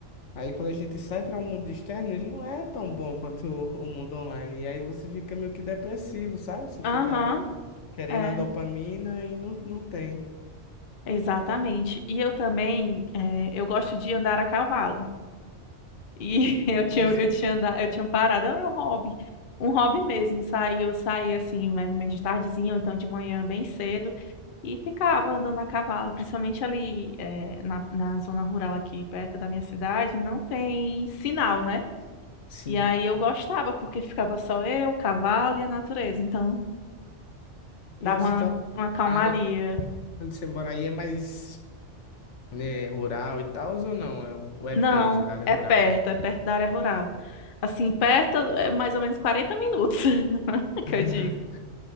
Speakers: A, on the left; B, on the left.
A: Aí quando a gente sai para o mundo externo, ele não é tão bom quanto o o mundo online. E aí você fica meio que depressivo, sabe? Você fica
B: Aham,
A: querendo
B: é,
A: a dopamina e não, não tem.
B: exatamente. E eu também, eh, eu gosto de andar a cavalo. E <laughs>
A: Nossa,
B: eu tinha, eu tinha, andar, eu tinha parado, era um hobby, um hobby mesmo. Saí, eu saía assim, mais ou menos de tardezinha, ou então de manhã, bem cedo. E ficava andando a cavalo, principalmente ali eh, na, na zona rural aqui perto da minha cidade, não tem sinal, né?
A: sim.
B: E aí eu gostava, porque ficava só eu, o cavalo e a natureza, então dava
A: Nossa,
B: uma,
A: então
B: uma calmaria.
A: a área onde você mora aí é mais, né, rural e tal, ou não? É- Ou é
B: Não,
A: perto da área
B: é
A: rural?
B: perto, é perto da área rural. Assim, perto é mais ou menos 40 minutos, <laughs>
A: <laughs>
B: que eu digo.